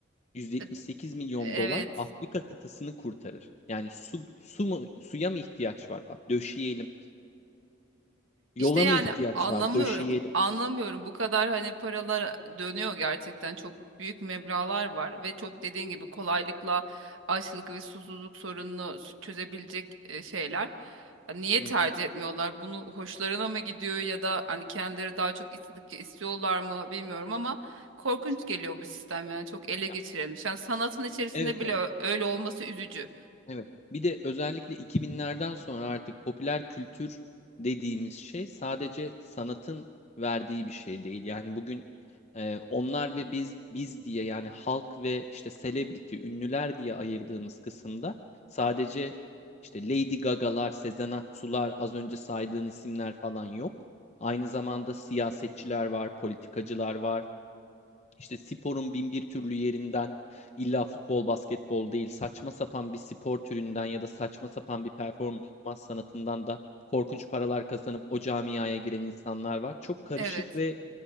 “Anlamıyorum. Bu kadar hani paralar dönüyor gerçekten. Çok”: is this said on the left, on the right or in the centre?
Right